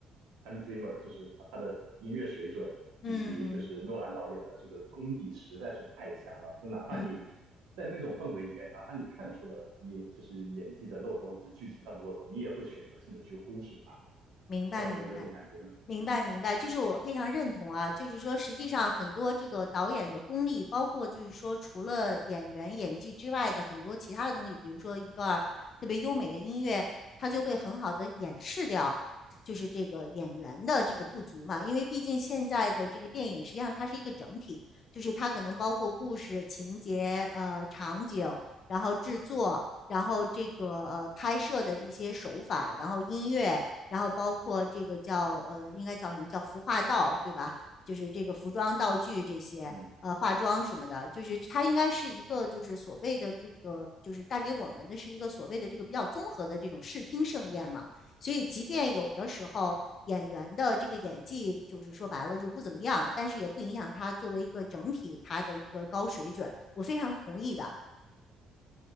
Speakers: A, on the right; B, on the left.
A: Hans Zimmer，就是他他的音乐水准，以及就是诺兰导演的这个功底实在是太强了。
B: 嗯
A: 就哪怕你
B: 嗯。
A: 在那种氛围里面，哪怕你看出了演就是演技的漏洞，或者是剧情上的漏洞，你也会选择性的去忽视它。
B: 明白，
A: 不知道你有没有这种感觉呢？
B: 明白，明白，明白，就是我非常认同啊。就是说，实际上很多这个导演的功力，包括就是说，除了演员演技之外的很多其他的东西，比如说一段儿特别优美的音乐，它就会很好的掩饰掉，就是这个演员的这个不足嘛。因为毕竟现在的这个电影，实际上它是一个整体，就是它可能包括故事、情节、呃场景，然后制作，然后这个呃拍摄的一些手法，然后音乐。然后包括这个叫呃，应该叫什么叫服化道，对吧？就是这个服装道具这些，
A: 嗯，
B: 呃，化妆什么的，就是它应该是一个就是所谓的这个，就是带给我们的是一个所谓的这个比较综合的这种视听盛宴嘛。所以，即便有的时候演员的这个演技就是说白了就不怎么样，但是也不影响他作为一个整体他的一个高水准。我非常同意的。